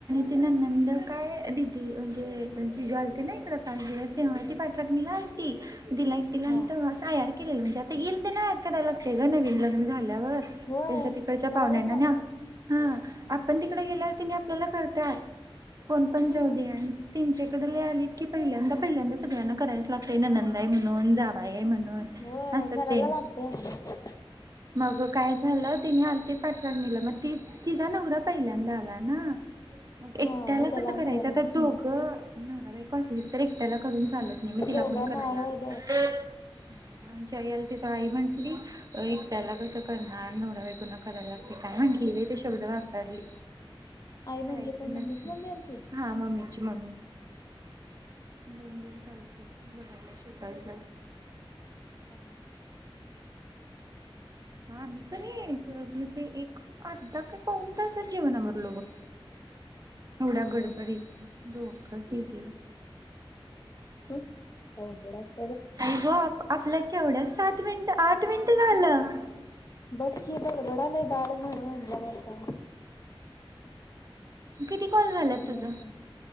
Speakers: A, on the right; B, on the left.
A: ति ननंद काय दिदी म्हणजे जिजू आलते ना इकडे पाच दिवस तेव्हा ती पाठराखनी ला आलं ती दि लाईकटीला
B: हा
A: आणि आयार केलेलं म्हणजे आता येईल, तर ना आयार करायला लागते ग नवीन लग्न झालं
B: होय
A: त्यांच्या तिकडच्या
B: करायलाच
A: पाहुण्यांना
B: लागतय
A: न हा. आपण तिकडे गेल्यावर ति आपल्याला करतात कोण पण
B: हम्म
A: जाऊ दे आणि त्यांचे आलीत की पहिल्यांदा पहिल्यांदा सगळ्यांना करायचं लागतय ननंद आहे म्हणून जावाय म्हणून.
B: होय
A: असतेन
B: करायला लागतय एकदा
A: मग ग काय झालं तिनी आलतीत पाठराखनीला मग ते तिचाा नवरा पहिल्यांदा आला ना. मग
B: हा
A: एकट्याला
B: मग त्याला
A: कसं
B: आणि
A: करायचं
B: करायला
A: आता दोघ नवरा बायको असलीत तर एकट्याला करून चालत नाही, मग तिला
B: दोघांना
A: पण करायला
B: होय
A: लागतय.
B: दो
A: ह म्हणजे आईला तिथं आई म्हटली एकट्याला कसं करणार नवरा बायकोन न करायला ते काय म्हटली का ते शब्द वापरली.
B: आई
A: करायचं
B: म्हणजे कोण मम्मीची
A: नसत
B: मम्मी आलती
A: हा मम्मीची मम्मी. दोन दिवस आलती बघायला शेवटायलाच.
B: हो. <unintelligible>
A: ह आम्ही का नाही एक अर्धा का पाऊन तासात जेवण आवरलो बग.
B: <inaudible>
A: एवढ्या
B: नव्हच
A: गडबडीत डोक फिरलं.
B: <unintelligible> अवघड असं
A: आई ग! आपल्या केवढ्या सात मिनट, आठ मिनिट झालं.
B: बकी बडबडालय बाडबाड
A: किती कॉल झालात
B: आणि
A: तुझ?
B: काय